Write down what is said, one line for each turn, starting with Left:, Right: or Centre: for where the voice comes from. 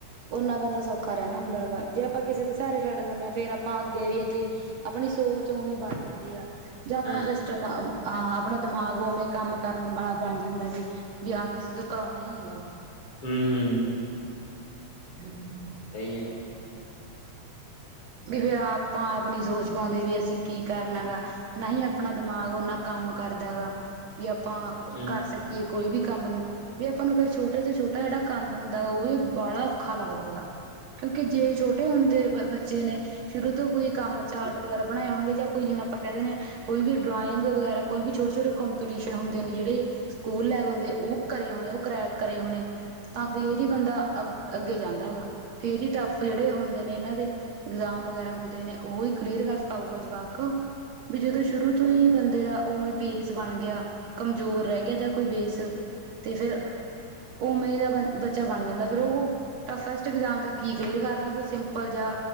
Right: ਓਨਾ ਬੰਦਾ ਸੌਖਾ ਰਹਿੰਨਾ ਹੁੰਦਾ ਹੈਗਾ, ਜੇ ਆਪਾਂ ਕਿਸੇ ਦੇ ਸਹਾਰੇ ਛੱਡ ਦਿੰਦੇ ਹਾਂ ਫੇਰ ਆਪਾਂ ਅੱਗੇ ਵੀ ਅੱਗੇ ਆਪਣੀ ਸੋਚ ਉਵੇ ਬਣ ਜਾਂਦੀ ਆ। ਜਾ ਆਪਣਾ
Left: ਹਾਂ
Right: ਸਿਸਟਮ ਹਾ ਆਪਣਾ ਦਿਮਾਗ ਉਵੇਂ ਕੰਮ ਕਰਨ ਵਾਲਾ ਬਣ ਜਾਂਦਾ ਵੀ ਵਿ
Left: ਹੂੰ
Right: ਹਾਂ ਕਿਸੇ ਤੋਂ ਕਰਾਉਣਾ ਹੀ ਹੈਗਾ।
Left: ਹੂੰ
Right: ਹੂੰ,
Left: ਸਹੀ ਹੈ।
Right: ਵੀ ਫੇਰ ਆਪਾਂ ਆਪਨੀ ਸੋਚ ਪਾਉਂਦੇ ਵੀ ਅਸੀਂ ਕੀ ਕਰਨਾ
Left: ਹੂੰ
Right: ਗਾ। ਨਾ ਹੀ ਆਪਣਾ ਦਿਮਾਗ ਓਨਾ ਕੰਮ ਕਰਦਾ ਗਾ ਵੀ ਆਪਾ
Left: ਹੂੰ
Right: ਕਰ
Left: ਹੂੰ
Right: ਸ ਕੀ ਕੋਈ ਵੀ ਕੰਮ ਨੂੰ ਵੀ ਆਪਾ ਨੂੰ ਫੇਰ ਛੋਟੇ ਤੋਂ ਛੋਟਾ ਜਿਹੜਾ ਕੰਮ ਹੁੰਦਾ ਉਹ ਵੀ ਬਾਲਾ ਔਖਾ ਲੱਗਦਾ ਗਾ ਕਿਉਂਕਿ ਜੇ ਛੋਟੇ ਹੁੰਦੇ ਬੱਚੇ ਨੇ ਸ਼ੁਰੂ ਤੋ ਕੋਈ ਕੰਮ ਚਾਰਟ ਵਗੈਰਾ ਬਣਾਏ ਹੋਣਗੇ ਜਾਂ ਕੋਈ ਜਿਵੇਂ ਆਪਾ ਕਹਿਦੇ ਹਾ ਕੋਈ ਵੀ ਡਰਾਇੰਗ ਵਗੈਰਾ ਕੋਈ ਵੀ ਛੋਟੇ-ਛੋਟੇ ਕੰਪੀਟੀਸ਼ਨ ਹੁੰਦੇ ਨੇ ਜਿਹੜੇ ਸਕੂਲ ਲੈਵਲ ਦੇ ਉਹ ਕਰੇ ਹੋਣੇ ਉਹ ਕਰੈਕ ਕਰੇ ਹੋਣੇ। ਤਾਂ ਫੇਰ ਹੀ ਬੰਦਾ ਅ ਅੱਗੇ ਜਾਂਦਾ ਹੈਗਾ ਫੇਰ ਹੀ ਟੱਫ ਜਿਹੜੇ ਹੁੰਦੇ ਨੇ ਇਹਨਾਂ ਦੇ ਇਗਜ਼ਾਮ ਵਗੈਰਾ ਹੁੰਦੇ ਨੇ ਉਹ ਹੀ ਕਲੀਅਰ ਕਰ ਪਾਉਗਾ ਜਵਾਕ। ਵੀ ਜਦੋਂ ਸ਼ੁਰੂ ਤੋਂ ਹੀ ਬੰਦੇ ਦਾ ਉਵੇਂ ਬੇਸ ਬਣ ਗਿਆ ਕਮਜ਼ੋਰ ਰਹਿ ਗਿਆ ਜਾ ਕੋਈ ਬੇਸ ਤੇ ਫੇਰ ਉਹ ਮੇ ਦਾ ਬ ਬੱਚਾ ਬਣ ਜਾਂਦਾ ਫੇਰ ਉਹ ਟਫਸਟ ਇਗਜ਼ਾਮ ਦਾ ਕੀ ਕਲੀਅਰ ਕਰਨਾ ਕੋਈ ਸਿੰਪਲ ਜਾਂ।